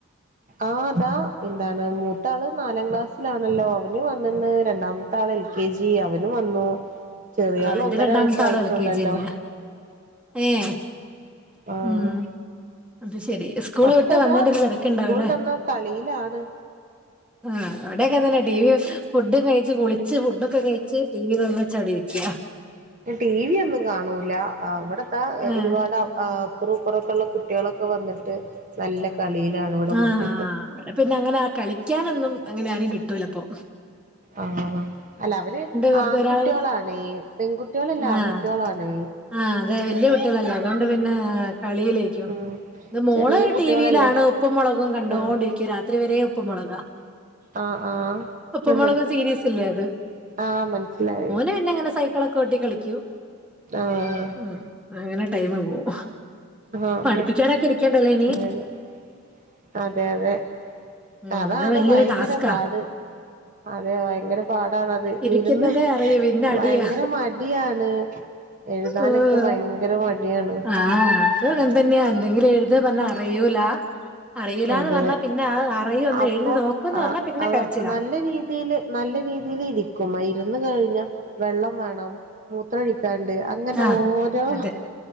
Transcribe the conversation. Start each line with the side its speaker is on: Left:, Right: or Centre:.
Right: ആഹ് ഇതാ എന്താണ് മൂത്ത ആള് നാലാം ക്ലാസ്സിലാണല്ലോ അവ വനും വന്ന്ണ്ട് രണ്ടാമത്തെ ആള് എൽ കെ ജി അവനും വന്നു ചെറിയ
Centre: ആഹ്
Right: ആള്
Centre: എന്റെ
Right: ഒന്നര
Centre: രണ്ടാമത്തെ
Right: വയസ്സായിട്ടോള്ളല്ലോ
Centre: ആള് എൽ കെ ജി തന്നെയാ. ഏഹ്
Right: ആഹ്
Centre: ഉം അത് ശെരി സ്കൂള്
Right: ഒക്കെതാ
Centre: വിട്ട് വന്നെന്റെ ഒരു തെരക്ണ്ടാവുലെ
Right: സ്കൂളിട്ടന്ന് കളിയിലാണ്
Centre: ആഹ് അവിടെക്കെ അതന്നെ ടി വി ഫുഡും കഴിച്ച് കുളിച്ച് ഫുഡൊക്കെ കഴിച്ച് ടിവി തോറന്നച്ച് അവിടെ ഇരി യാ
Right: ടി വി ഒന്നും കാണൂല ഇവടതാ
Centre: ആഹ്
Right: ഒരുപാട് ആഹ് അപ്പറും ഇപ്പറോക്കെല്ലേ കുട്ടികളൊക്കെ വന്നിട്ട് നല്ല കളിയിലാണ് ഇവിടെ
Centre: ആഹ്
Right: മുറ്റത്ത്
Centre: ആഹ് ഇവടെ പിന്നെ അങ്ങനെ ആ കളിക്കാനൊന്നും അങ്ങനെ ആരും കിട്ടൂലപ്പൊ
Right: ആഹ് അല്ല അവര്
Centre: കൊറച്ച്
Right: ആൺകുട്ടികളാണെ
Centre: ഒരാള്
Right: പെൺകുട്ടികളല്ല
Centre: ആഹ്
Right: ആൺകുട്ടികളാണെ
Centre: ആഹ് അതെ വല്യ കുട്ടികളല്ലോ അതുകൊണ്ട് പിന്നെ കളിയിലേക്കും
Right: ഉം
Centre: ഇത് മോള്
Right: ചെറിയ
Centre: ടി
Right: കുട്ടികളല്ലേ
Centre: ടിവിലാണ് ഉപ്പും മുളകും കണ്ടൊണ്ടിരിക്കും
Right: ആഹ്
Centre: രാത്രി വരെ ഉപ്പും മുളകാ
Right: ആഹ്
Centre: ഉപ്പും
Right: ആഹ്
Centre: മുളകും സീരിയസ് ഇല്ലേ അത്
Right: ആഹ് മനസ്സിലായി
Centre: പിന്നങ്ങനെ സൈക്കിളെക്കെ ഓട്ടി കളിക്കും
Right: ആഹ്
Centre: ഉം അങ്ങനെ ടൈമ് പോവും
Right: ആഹ്
Centre: പഠിപ്പിക്കാനൊക്കെ ഇരിക്കണ്ടല്ലോ ഇനി
Right: <unintelligible> അതെ അതെ
Centre: ഉം
Right: അതാണ്
Centre: അത് വല്യൊരു
Right: ഭയങ്കര
Centre: ടാസ്കാ
Right: പാട് അതെ ഭയങ്കര പാടാണത്
Centre: ഇരിക്കുന്നതേ
Right: ഇരുന്ന്
Centre: അറിയൂ പിന്നെ അടിയാ
Right: ഭയങ്കര മ ടിയാണ് എഴുതാനൊക്കെ
Centre: ഉം
Right: ഭയങ്കര മടിയാണ്
Centre: ആഹ് അപ്പ അങ്ങൻതന്നെയാ എന്തെങ്കിലും എഴുത് പർഞ്ഞ അറിയൂല അറിലാന്ന്
Right: അതെ
Centre: പർഞ്ഞാ പിന്നെ ആ അറിയും ഒന്ന്
Right: അപ്പൊ
Centre: എഴുതി നോക്ക്ന്ന്
Right: ആ
Centre: പർഞ്ഞാ പിന്നെ കരച്ചിലാ
Right: നല്ല രീതിയില് നല്ല ഇരിക്കും ഇരുന്ന് കഴിഞ്ഞാ വെള്ളം വേണം മൂത്ര ഒ ക്കാണ്ട് അങ്ങനെ
Centre: ആഹ്
Right: ഓരോ
Centre: അതെ